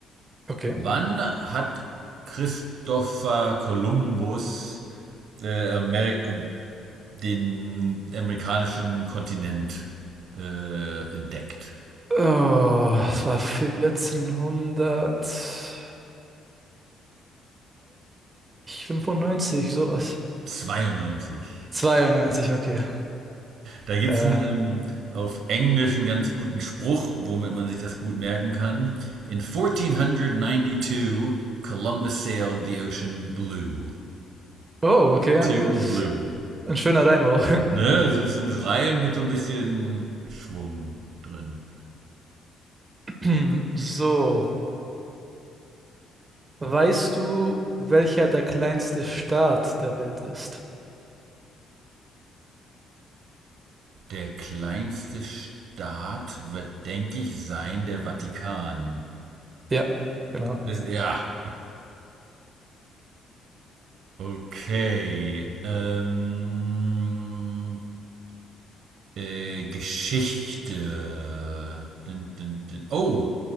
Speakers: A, on the right; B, on the right.
A: Okay.
B: Wann hat Christopher Columbus äh, Ameri äh, den amerikanischen Kontinent äh, entdeckt?
A: Oh, es war 1490, 95, sowas.
B: 92.
A: 92, okay.
B: Da gibt
A: Äh,
B: es einen ähm, auf Englisch einen ganz guten Spruch, womit man sich das gut merken kann. In 1492 Columbus sailed the ocean blue.
A: oh, okay, ja,
B: Two
A: das
B: und blue.
A: ein schöner Reim auch.
B: Ne, es ist so ein Reim mit so ein bisschen Schwung drin.
A: <clears throat> So, weißt du, welcher der kleinste Staat der Welt ist?
B: Der kleinste Staat wird, denke ich, sein der Vatikan.
A: Ja, genau.
B: Das, ja, okay. Ähm, Äh, Geschichte. Dun, dun, dun. Oh,